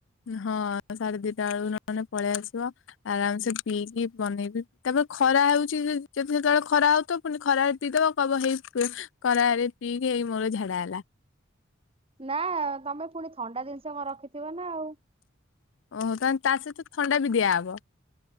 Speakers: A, on the left; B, on the right.
A: ହଁ ସାଢେ ଦିଟା ବେଳକୁ ନହନେ ପଳେଇ ଆସିବ। ଆରାମ ସେ ପିଇକି ବନେଇବି ତାପରେ ଖରା ହଉଛି ଯଦି ସେତେବେଳେ ଖରା ହଉ ଥବ ପୁଣି ଖରାରେ ପିଇ ଦବ କହିବ ହେଇ ଖରାରେ ପିଇକି ଏଇ ମୋର ଝାଡା ହେଲା।
B: ନା ତମେ ପୁଣି ଥଣ୍ଡା ଜିନିଷ କଣ ରଖିଥିବ ନା ଆଉ।
A: ଓହୋ ତାହେନେ ତା ସହିତ ଥଣ୍ଡା ବି ଦିଆ ହବ।